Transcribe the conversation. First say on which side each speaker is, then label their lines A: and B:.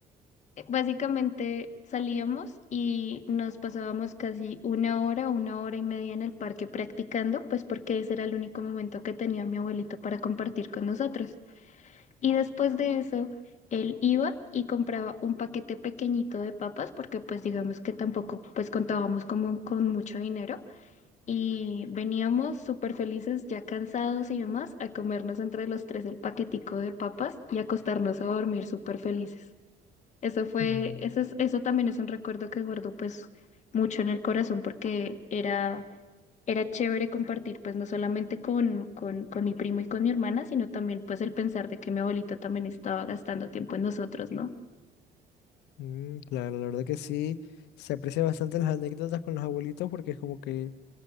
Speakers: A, on the left; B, on the left.
A: Eh, Básicamente salíamos y nos pasábamos casi una hora, una hora y media en el parque practicando, pues porque ese era el único momento que tenía mi abuelito para compartir con nosotros. Y después de eso, él iba y compraba un paquete pequeñito de papas, porque pues digamos que tampoco pues contábamos como con mucho dinero. Y veníamos súper felices, ya cansados y demás, a comernos entre los tres el paquetico de papas y acostarnos a dormir súper felices. Eso fue,
B: Mm.
A: eso es- eso también es un recuerdo que guardo pues mucho en el corazón porque era era chévere compartir, pues no solamente con, con, con mi primo y con mi hermana, sino también pues el pensar de que mi abuelita también estaba gastando tiempo en nosotros, ¿no?
B: Mm, claro, la verdad que sí, se aprecia bastante las anécdotas con los abuelitos porque es como que,